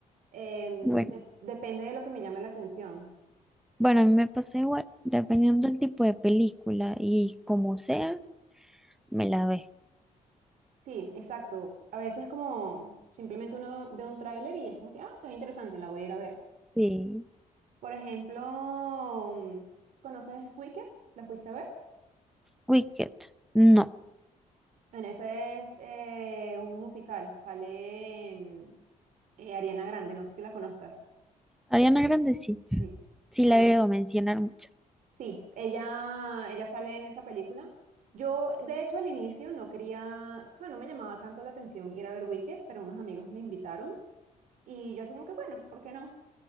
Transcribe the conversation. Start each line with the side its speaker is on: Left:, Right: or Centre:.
Right: em,
Centre: Bueno,
Right: de- depende de lo que me llame la atención.
Centre: bueno, a mí me pasa igual, dependiendo del tipo de película y como sea, me la ve.
Right: Sí, exacto. A veces como simplemente uno ve, ve un tráiler y es como que, ah, se ve interesante, la voy a ir a ver.
Centre: Sí,
Right: Por ejemplo, mm, ¿conoces Wicked? ¿La fuiste a ver?
Centre: Wicked, no.
Right: Bueno, ese es eh, un musical. Sale mm, eh, Ariana Grande, no sé si la conozcas.
Centre: Ariana Grande sí,
Right: Sí.
Centre: sí
Right: Bueno,
Centre: la veo mencionar mucho.
Right: sí, ella, ella sale en esa película. Yo, de hecho, al inicio no quería, o sea, no me llamaba tanto la atención ir a ver Wicked, pero unos amigos me invitaron y yo así como que, bueno, ¿por qué no?